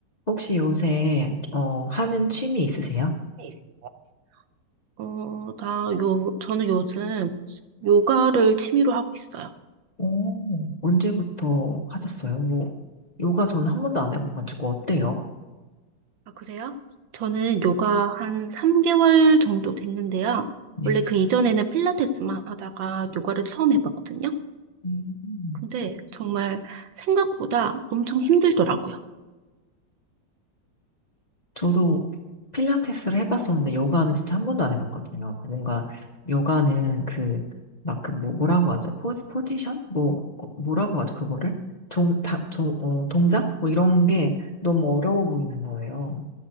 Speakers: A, on the left (about 35°); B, on the right (about 85°).
A: 혹시 요새, 어, 하는 취미 있으세요?
B: 있으세요? 어, 나 요, 저는 요즘 요가를 취미로 하고 있어요.
A: 오, 언제부터 하셨어요? 뭐, 요가 저는 한 번도 안 해봐가지고 어때요?
B: 아, 그래요? 저는 요가 한 3개월 정도 됐는데요.
A: 네.
B: 원래 그 이전에는 필라테스만 하다가 요가를 처음 해봤거든요.
A: 음,
B: 근데 정말 생각보다 엄청 힘들더라고요.
A: 저도 필라테스를 해봤었는데 요가는 진짜 한 번도 안 해봤거든요. 그 뭔가 요가는 그, 막 그 뭐, 뭐라고 하죠? 포지, 포지션? 뭐, 어, 뭐라고 하죠? 그거를? 종, 다, 종, 어, 동작? 뭐 이런 게 너무 어려워 보이는 거예요.